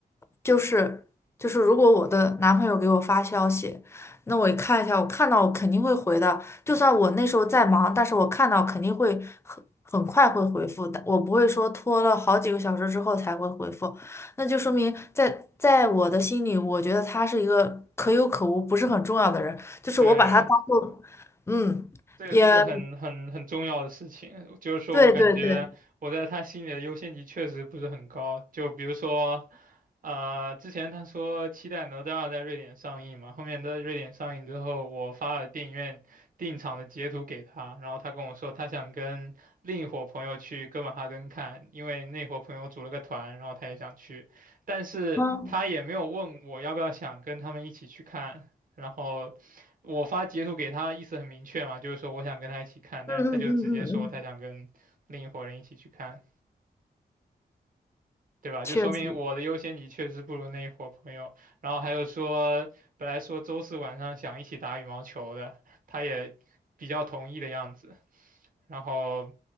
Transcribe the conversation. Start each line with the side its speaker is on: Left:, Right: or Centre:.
Left: 就是。就是如果我的男朋友给我发消息，那我一看一下，我看到我肯定会回的。就算我那时候在忙，但是我看到肯定会很很快会回复的，我不会说拖了好几个小时之后才会回复。那就说明在在我的心里，我觉得他是一个可有可无、不是很重要的人，就是我把他当做，
Right: 对。
Left: 嗯，
Right: 这也是一个很很很重要的事情，
Left: 也
Right: 就是说我感觉我在他心里的优先级确实不是很高。
Left: 对对对，
Right: 就比如说，呃，之前他说期待《哪吒二》在瑞典上映嘛，后面在瑞典上映之后，我发了电影院订场的截图给他，然后他跟我说他想跟另一伙朋友去哥本哈根看，因为那伙朋友组了个团，然后他也想去，但是他也没有问我要不要想跟他们一起去看，
Left: 嗯
Right: 然后。我发截图给他，意思很明确嘛，就是说我想跟他一起看，但是他就直接说他想跟另一伙人一起去看，
Left: 嗯嗯嗯嗯嗯，嗯
Right: 对吧？
Left: 确实。
Right: 就说明我的优先级确实不如那一伙朋友。然后还有说，本来说周四晚上想一起打羽毛球的，他也比较同意的样子。然后